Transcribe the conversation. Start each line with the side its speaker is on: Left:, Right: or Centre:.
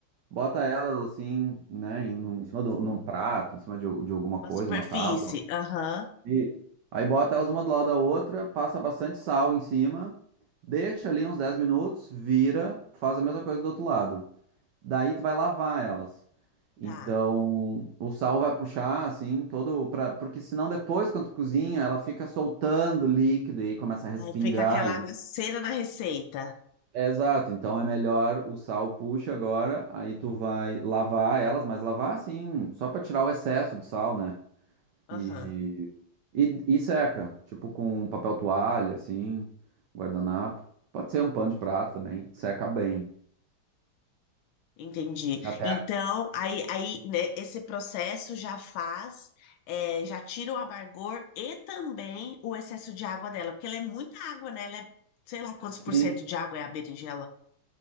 Right: bota elas assim, né? Em, num- em cima de um num prato, em cima de, de alguma coisa,
Left: Uma superfície.
Right: uma tábua.
Left: Aham.
Right: Isso. Aí bota elas uma do lado da outra, passa bastante sal em cima, deixa ali uns 10 minutos, vira, faz a mesma coisa do outro lado. Daí tu vai lavar elas.
Left: Tá.
Right: Então, o sal vai puxar assim todo para porque senão depois quando tu cozinha, ela fica soltando líquido e aí começa a respingar
Left: Aí fica aquela
Right: e-
Left: cera na receita.
Right: É, exato, então é melhor o sal puxa agora, aí tu vai lavar elas, mas lavar assim, só para tirar o excesso de sal, né?
Left: Aham.
Right: E, e e seca, tipo com papel toalha assim, guardanapo. Pode ser um pano de prato também, seca bem.
Left: Entendi.
Right: Até
Left: Então, aí, aí né, esse processo já faz, é, já tira o amargor e também o excesso de água dela, porque ela é muita água, né? Ela é, sei lá quantos por
Right: Sim.
Left: cento de água é a berinjela.